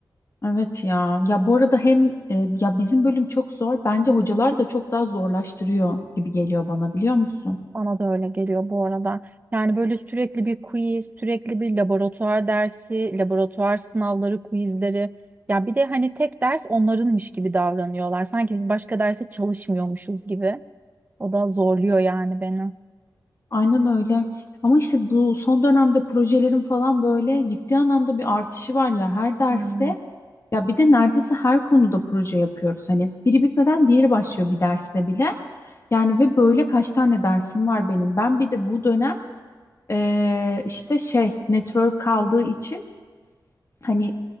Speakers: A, on the left (about 40°); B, on the right (about 20°).
A: Evet ya. Ya bu arada hem e, ya bizim bölüm çok zor. Bence hocalar da çok daha zorlaştırıyor gibi geliyor bana biliyor musun?
B: Bana da öyle geliyor bu arada. Yani böyle sürekli bir quiz, sürekli bir laboratuvar dersi, laboratuvar sınavları, quizleri. Ya bir de hani tek ders onlarınmış gibi davranıyorlar. Sanki biz başka derse çalışmıyormuşuz gibi. O da zorluyor yani beni.
A: Aynen öyle. Ama işte bu son dönemde projelerin falan böyle ciddi anlamda bir artışı var ya her derste.
B: Hmm,
A: Ya bir de neredeyse her konuda proje yapıyoruz. Hani biri bitmeden diğeri başlıyor bir derste bile. Yani ve böyle kaç tane dersim var benim. Ben bir de bu dönem eee, işte şey network kaldığı için Hani